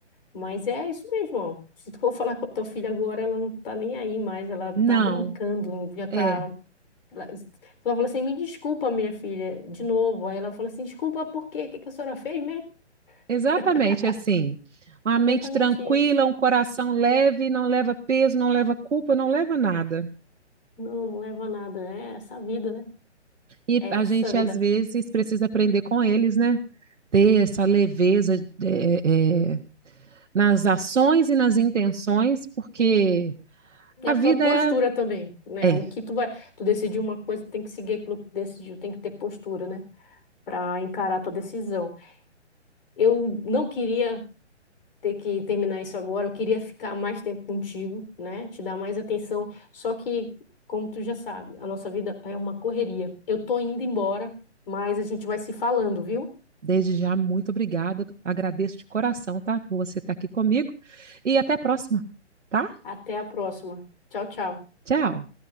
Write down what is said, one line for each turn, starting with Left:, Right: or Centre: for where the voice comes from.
Left: Mas é isso mesmo, ó. Se tu for falar com a tua filha agora, ela não tá nem aí mais, ela tá
Right: Não,
Left: brincando, já tá.
Right: é
Left: Ela... Tu vai falar assim, me desculpa, minha filha, de novo. Aí ela fala assim, desculpa, por quê? O que que a senhora fez mesmo?
Right: exatamente
Left: <laughs>
Right: assim. Uma
Left: Exatamente
Right: mente tranquila,
Left: isso.
Right: um coração leve, não leva peso, não leva culpa, não leva nada.
Left: Não, não leva a nada. É essa vida, né?
Right: E
Left: É
Right: a
Left: essa
Right: gente,
Left: vida.
Right: às vezes, precisa aprender com eles, né? Ter essa leveza, é, é, é, nas ações e nas intenções, porque.
Left: É. E
Right: A
Left: a
Right: vida
Left: tua postura
Right: é.
Left: também, né? O
Right: É.
Left: que tu vai. Tu decidiu uma coisa, tu tem que seguir aquilo que tu decidiu, tem que ter postura, né? Pra encarar a tua decisão. Eu não queria ter que terminar isso agora, eu queria ficar mais tempo contigo, né? Te dar mais atenção. Só que, como tu já sabe, a nossa vida é uma correria. Eu tô indo embora, mas a gente vai se falando, viu?
Right: Desde já, muito obrigado. Agradeço de coração, tá? Por você estar aqui comigo. E até a próxima, tá?
Left: Até a próxima. Tchau, tchau.
Right: Tchau.